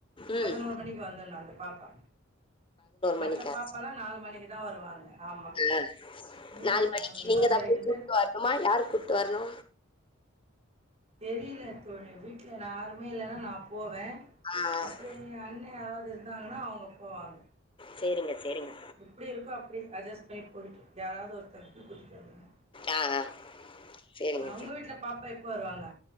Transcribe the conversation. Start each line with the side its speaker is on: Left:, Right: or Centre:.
Left: ம்
Right: பதினோரு மணிக்கு வந்தனு அந்த பாப்பா மத்த
Left: மணிக்கா
Right: பாப்பாலா நாலு மணிக்கு தா வருவாங்க ஆமா.
Left: ம்
Right: மீதி
Left: நாலு மணிக்கு
Right: ம்
Left: நீங்கதா
Right: அந்த
Left: போய்
Right: பேர்
Left: கூட்டு வரணுமா யாரு கூட்டு வரணு
Right: தெரியில தோழி யாருமே இல்லைனா நா போவே
Left: ஆ ஆ
Right: அப்டி எ அண்ண யாராவது இருந்தாங்கனா அவுங்க போவாங்
Left: சேரிங்க சேரிங்க
Right: எப்டி இருக்கோ அப்டி அட்ஜஸ்ட் பண்ணி போய்ட்டு யாராவது ஒருத்தர் கூட்டிட்டு வந்துரு
Left: ஆ ஆ சேரிங்க
Right: அவுங்க வீட்ல பாப்பா எப்ப வருவாங்க